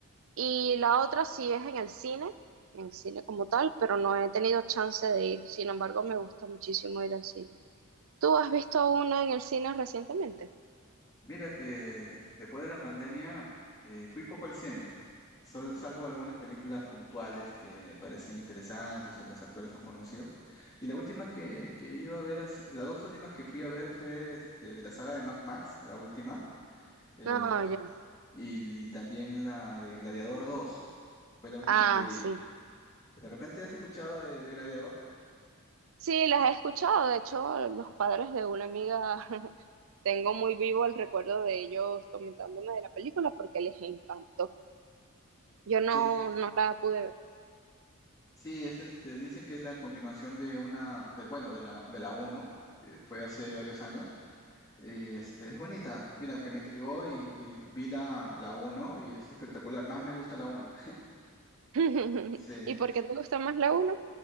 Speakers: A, on the right; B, on the left.
A: y la otra sí es en el cine, en el cine como tal, pero no he tenido chance de ir, sin embargo me gusta muchísimo ir al cine. ¿Tú has visto una en el cine recientemente?
B: Mira que después de la pandemia eh, fui poco al cine, sol- salvo algunas películas puntuales que parecen interesantes o los actores son conocidos. Y la última que, que he ido a ver, ha si- las dos últimas que fui a ver fue este, de la saga de Mad Max, la última, eh,
A: No, ya.
B: y, y también la de Gladiador dos, fue la última
A: Ah,
B: que vi.
A: sí.
B: ¿De repente has escuchado de, de Gladiador?
A: Sí, las he escuchado. De hecho, los padres de una amiga, <laughs> tengo muy vivo el recuerdo de ellos comentándome de la película porque les encantó. Yo no,
B: Sí,
A: no la pude ver.
B: sí, es este, dicen que es la continuación de una, del, bueno, de la, de la uno, que fue hace varios años Y este, es bonita. Mira, aunque me intrigó y, y vi la, la uno y es espectacular. Más me gusta la uno
A: <laughs>
B: <laughs>
A: ¿Y por
B: Sí,
A: qué te gusta más la 1?